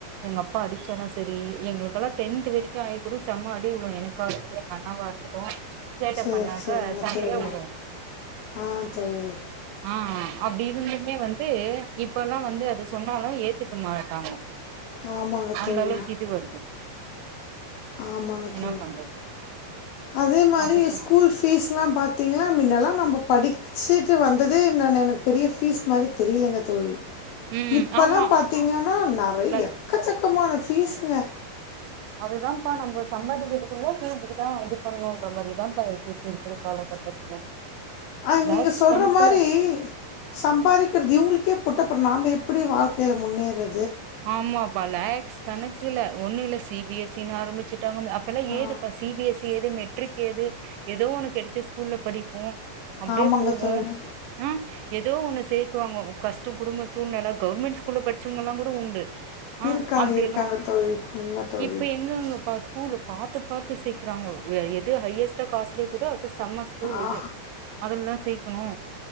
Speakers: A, on the right; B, on the left.
A: எங்க அப்பா அடிச்சாலு சரி எங்களுக்கெல்லா டென்த் வரைக்கு ஆயி கூட செம அடி விழு எனக்கா இருக்கட்டு எங்க அண்ணாவா இருக்கட்டு சேட்டை
B: சரி
A: பண்ணாக்க
B: சரிங்க
A: சரியா
B: தோழி
A: வுழு
B: ஆ தோழி
A: ஆஹ் அப்டி இருந்துமே வந்து இப்பல்லா வந்து அது சொன்னாலு ஏத்துக்க மாட்டாங்க
B: ஆமாங்க
A: அந்த
B: தோழி
A: அளவுக்கு இது வருது
B: ஆமாங்க
A: என்ன
B: தோழி
A: பண்றது
B: அதே மாரி
A: அப்டி போ
B: ஸ்கூல் ஃபீஸ் எல்லாம் பாத்தீங்கன்னா மின்னல்லாம் நம்ம படிச்சுட்டு வந்ததே என் எனக்கு பெரிய ஃபீஸ் மாரி தெரியலங்க தோழி
A: ம்
B: இப்பல்லா
A: ஆமா
B: பாத்தீங்கன்னா நெறைய்
A: இல்ல
B: எக்கச்சக்கமான ஃபீ ஸ்ங்க
A: அதுதான்ப்பா நம்ம சம்பாதிக்கிறது ஃபுல்லா தீந்துரு தா இது பண்ணணுன்ற மாரிதாம்ப்பா இருக்கு இருக்கிற காலகட்டத்துல
B: அ
A: லேக்ஸ்
B: நீங்க சொல்ற
A: கணக்குல
B: மாரி சம்பாரிக்கிறது இவுங்களுக் கே போட்டா அப்றோ நாம எப்டி வாழ்க் கைல முன்னேற
A: ஆமாப்பா லேக்ஸ் கணக்குல ஒண்ணும் இல்ல சி பி எஸ் சி னு ஆரம்பிச்சுட்டாங்க அப்ப எல்லா
B: ஆ,
A: ஏதுப்பா சி பி எஸ் சி ஏது மெட்ரிக் ஏது ஏதோ ஒண்ணு கெடச்ச ஸ்கூல்ல படிப்போ அப்டியே
B: ஆமாங்க
A: போகு
B: தோழி
A: ஆஹ் ஏதோ ஒண்ணு சேக்குவாங்க கஷ்டோ குடும்ப சூழ்நிலை கவுர்மெண்ட் ஸ்கூல்ல படிச்சவங்கல்லா கூட உண்டு ஆ
B: இருக்காங்க
A: அப்டி
B: இருக்காங்க
A: எல்லா
B: தோழி உண்மை தோழி
A: இப்ப எங்கங்கப்பா ஸ்கூல் பாத்து பாத்து சேக்குறாங்கோ எது ஹையஸ் ட்டா காஸ்ட்லியா இருக்குதோ அது செம்ம ஸ்கூலு
B: ஆ,
A: அதுலதா சேக்கணு